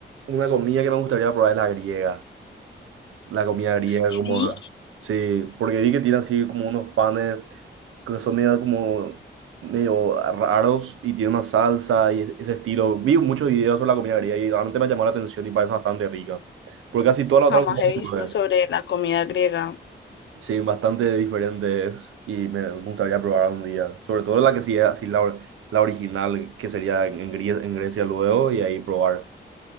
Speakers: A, on the right; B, on the left.
A: Una comida que me gustaría probar es la griega, La comida griega,
B: Sí,
A: como. Sí, porque vi que tiene así como unos panes que son medio como. medio raros y tiene una salsa y es- ese estilo. Vi muchos videos sobre la comida griega y realmente me llamó la atención y parece bastante rica. Porque casi toda la otra
B: jamás
A: comida
B: he
A: que
B: visto
A: probé,
B: sobre la comida griega.
A: sí, bastante diferentes y me gustaría probar un día. Sobre todo la que sí es así la, or- la original, que sería en, en Grie- en Grecia luego y ahí probar.